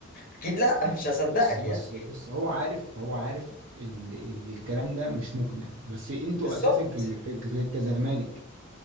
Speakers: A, on the left; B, on the right.
A: اكيد لا <laughs> مش هصدقك
B: بص بص
A: يعني
B: بص هو عارف هو عارف ان ان الكلام ده مش مقنع بس انتوا
A: بالظبط
B: اساسا ك- ك- ك- كزمالك